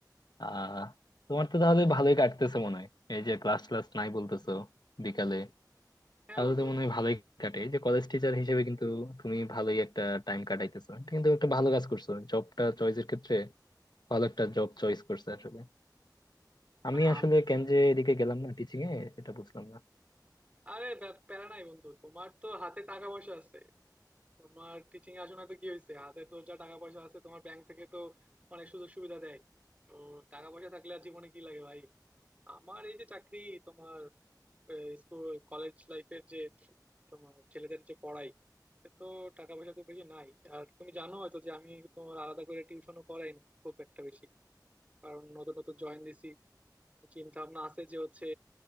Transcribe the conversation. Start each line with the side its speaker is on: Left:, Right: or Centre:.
Left: আহ তোমার তো তাহলে ভালোই কাটতেছে মনে হয় এই যে ক্লাস ক্লাস নাই বলতেছো বিকালে
Right: হ্যাঁ
Left: তাহলে
Right: বন্ধু
Left: তো মনে হয় ভালোই কাটে এই যে কলেজ টিচার হিসেবে কিন্তু তুমি ভালোই একটা টাইম কাটাইতেছো এটা কিন্তু একটা ভালো কাজ করছো জবটা চয়েসের ক্ষেত্রে ভালো একটা জব চয়েস করছো আসলে আমি
Right: মানে
Left: আসলে
Right: আম
Left: কেন যে এদিকে গেলাম না টিচিং এ সেটা বুঝলাম
Right: আরে ব্যা- প্যারা নাই বন্ধু তোমার তো হাতে টাকা পয়সা আছে তোমার টিচিং আসনে তো কি হয়েছে হাতে তো যা টাকা পয়সা আছে তোমার ব্যাংক থেকে তো অনেক সুযোগ সুবিধা দেয় তো টাকা পয়সা থাকলে আর জীবনে কি লাগে ভাই আমার এই যে চাকরি তোমার স্কুল কলেজ লাইফের যে তোমার ছেলেদের যে পড়াই এতে তো টাকা পয়সা খুব বেশি নাই আর তুমি জানো হয়তো যে আমি তোমার আলাদা করে টিউশনও করাই না খুব একটা বেশি কারণ নতুন নতুন জয়েন দিছি চিন্তা ভাবনা আছে যে হচ্ছে